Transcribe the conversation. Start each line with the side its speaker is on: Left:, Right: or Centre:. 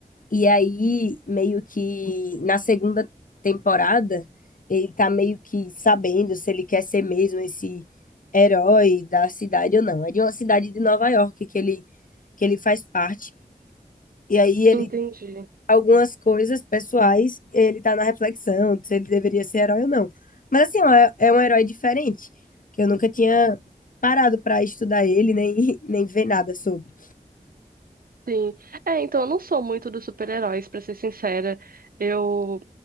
Left: e aí meio que na segunda temporada, ele tá meio que sabendo se ele quer ser mesmo esse herói da cidade ou não. É de uma cidade de Nova York que ele que ele faz parte. E aí ele
Right: entendi.
Left: algumas coisas pessoais, ele tá na reflexão se ele deveria ser herói ou não. Mas assim, ó, é, é um herói diferente, que eu nunca tinha parado para estudar ele, nem, <laughs> nem ver nada sobre.
Right: Sim. É, então eu não sou muito dos super-heróis, pra ser sincera. Eu